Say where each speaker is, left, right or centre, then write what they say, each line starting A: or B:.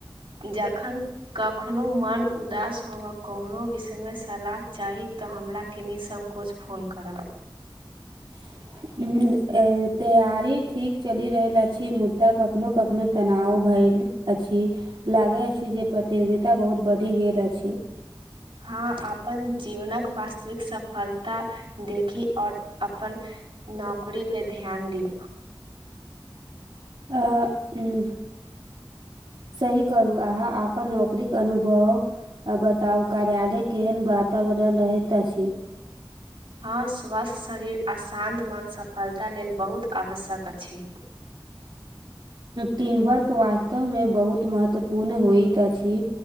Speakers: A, on the right; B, on the right.
A: जखन कखनो मन उदास होवा कोनो विषय मे सलाह चाही तऽ हमरा के निःसंकोच। फोन करब।
B: <inaudible> हूंम्म तैयारी ठीक चलि रहल अछि मुद्दा कखनो कखनो तनाव भइल। अछि लागे अछि जे प्रतियोगिता बहुत बढ़ि गेल अछि।
A: हँ अपन जीवनक वास्तविक सफलता। देखी और अपन नौकरी पे ध्यान दी।
B: ऐ उंम्म सही कहलु अहाँ अपन नौकरीके अनुभव। आ बताउ कार्यालय केहन वातावरण रहैत अछि।
A: हँ स्वस्थ शरीर आ शान्त मन सफलता लेल बहुत आवश्यक अछि।
B: टीमवर्क वास्तवमे बहुत महत्वपूर्ण होइत अछि।